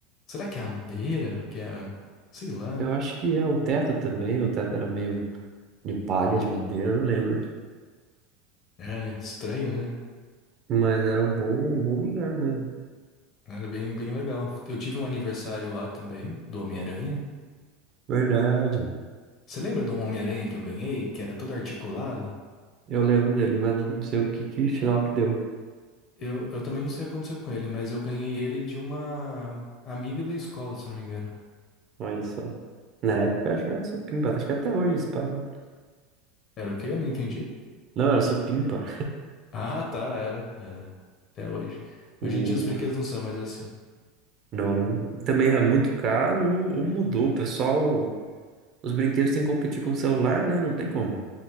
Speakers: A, on the left; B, on the right.
A: Será que é a madeira? Que é. a- Sei lá.
B: Eu acho que é o teto também, o teto era meio de palha, de madeira, eu não lembro.
A: É estranho, né?
B: Mas era um bom, um bom lugar mesmo.
A: Era bem, bem legal. Eu tive um aniversário lá também, do Homem-Aranha.
B: Verdade.
A: Você lembra de um Homem-Aranha que eu ganhei, que era todo articulado?
B: Eu lembro dele, mas não sei o que, que final que deu.
A: Eu, eu também não sei o que aconteceu com ele, mas eu ganhei ele de uma amiga da escola, se eu não me engano.
B: Olha só. Na época acho que era supimpa, acho que até hoje esse pá, né?
A: Era o quê? Eu não entendi.
B: Não, era supimpa.
A: Ah, tá, era, era. Até hoje.
B: O...
A: Hoje em dia os brinquedos não são mais assim.
B: Não, não. Também é muito caro ou, ou mudou. O pessoal, os brinquedos têm que competir com o celular, né? Não tem como.